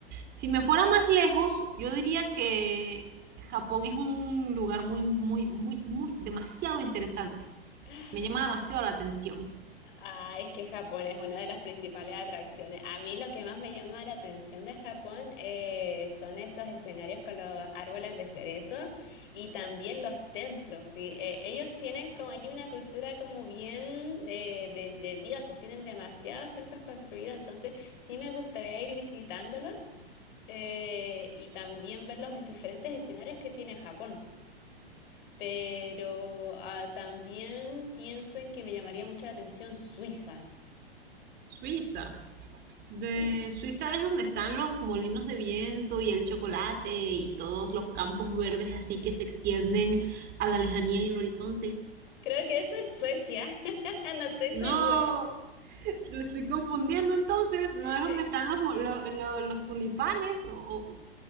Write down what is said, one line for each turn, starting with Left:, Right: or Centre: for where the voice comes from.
Right: Si me fuera más lejos, yo diría que Japón es un lugar muy, muy, muy, muy, demasiado interesante.
Left: Ujú.
Right: Me llama demasiado la atención.
Left: Ah, es que Japón es una de las principales atracciones. A mí lo que más me llama la atención de Japón eh, son esos escenarios con los árboles de cerezo y también los templos. Y, eh, ellos tienen como allí una cultura como bien de, de, de dioses, tienen demasiados templos construidos, entonces sí me gustaría ir visitándolos eh, y también ver los diferentes escenarios que tiene Japón. Pero ah, también pienso en que me llamaría mucho la atención Suiza.
Right: Suiza. De
Left: Suiza.
Right: Suiza es donde están los molinos de viento y el chocolate y todos los campos verdes así que se extienden a la lejanía en el horizonte.
Left: Creo que eso es Suecia. <laughs> No estoy segura.
Right: No, le estoy confundiendo entonces. ¿No es
Left: Eh,
Right: donde están los, mo- lo- lo- los tulipanes? O, o-